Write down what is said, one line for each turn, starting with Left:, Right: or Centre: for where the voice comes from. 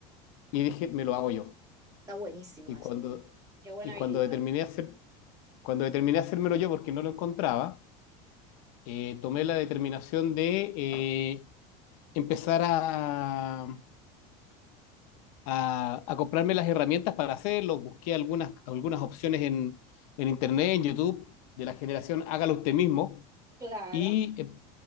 Left: Y dije, me lo hago yo.
Right: Está buenísimo
Left: Y
Right: eso.
Left: cuando,
Right: Qué buena
Left: y cuando
Right: habilidad.
Left: determiné hacer, cuando determiné hacérmelo yo porque no lo encontraba, eh, tomé la determinación de eh, empezar a, a, a comprarme las herramientas para hacerlo. Busqué algunas, algunas opciones en, en Internet, en YouTube, de la generación Hágalo usted mismo.
Right: Claro.
Left: Y eh,